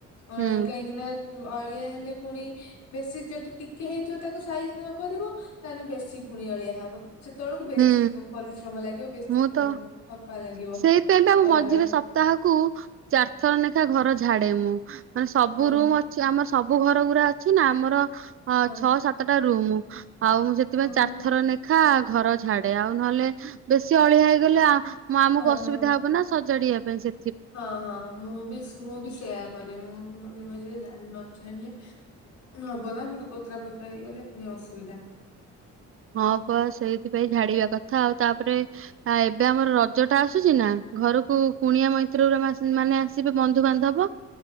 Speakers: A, on the left (about 65°); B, on the right (about 45°).
A: କାହିଁକିନା
B: ହୁଁ
A: ଅଳିଆ ହେଲେ ପୁଣି ବେଶୀ ଯଦି ଟିକେ ହେଇଥିବ ତାକୁ ସାଇଜ ନ କରିବ ତାହେଲେ ବେଶୀ ପୁଣି ଅଳିଆ ହବ ସେତେବେଳକୁ ବେଶୀ
B: ହୁଁ
A: ପରିଶ୍ରମ ଲାଗିବ ବେଶୀ
B: ମୁଁ ତ
A: ଥକା ଲାଗିବ
B: ସେଇଥିପାଇଁ ବା ମୁଁ
A: କଲାବେଳେ
B: ମଝିରେ ସପ୍ତାହକୁ ଚାରିଥର ଲେଖା ଘର ଝାଡେ ମୁଁ ମାନେ ସବୁ
A: ହଁ
B: ରୁମ ଅଛି ଆମର ସବୁ ଘର ଗୁରା ଅଛି ନା ଆମର ଅ
A: ହଁ
B: ଛଅ ସାତ ଟା ରୁମ ଆଉ ମୁଁ ସେଥିପାଇଁ
A: ଓହୋ
B: ଚାରି ଥର ଲେଖା ଘର ଝାଡେ ଆଉ ନହେଲେ ବେଶୀ ଅଳିଆ ହେଇଗଲେ ଆ ମୁଁ ଆମକୁ
A: ହଁ
B: ଅସୁବିଧା
A: ହଁ।
B: ହବ ନା ସଜ ଚଢିବା ପାଇଁ ସେ
A: ହଁ ହଁ ମୁଁ ବି ମୁଁ ବି ସେୟା କରେ ମୁଁ ବି ମଝିରେ ମଝିରେ ଯାଏ ନଝାଡ଼ିଲେ ହବ ନା ପୁଣି କତରା ପତରା ହେଇଗଲେ ପୁଣି ଅସୁବିଧା
B: ହଁ ବ ସେଇଥିପାଇଁ ଝାଡିବା କଥା କଥା ଆଉ ତାପରେ ଆ ଏବେ ଆମର ରଜ ଟା ଆସୁଛି ନା ଘରକୁ କୁଣିଆ ମୈତ୍ରୀରେ ମାନେ ଆସିବେ ବନ୍ଧୁବାନ୍ଧବ